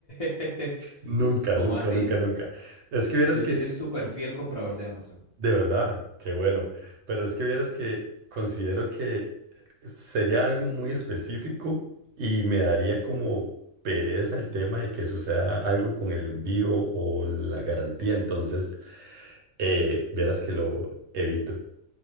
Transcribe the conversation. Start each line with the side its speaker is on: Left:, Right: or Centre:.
Left: <laughs>
Right: Nunca,
Left: ¿Cómo
Right: nunca,
Left: así?
Right: nunca, nunca. Es que vieras
Left: Yo
Right: que
Left: sí soy súper fiel comprador de Amazon.
Right: De verdad, qué bueno. Pero es que vieras que considero que sería algo muy específico y me daría como pereza el tema de que suceda algo con el envío o la garantía. Entonces, eh, vieras que lo evito.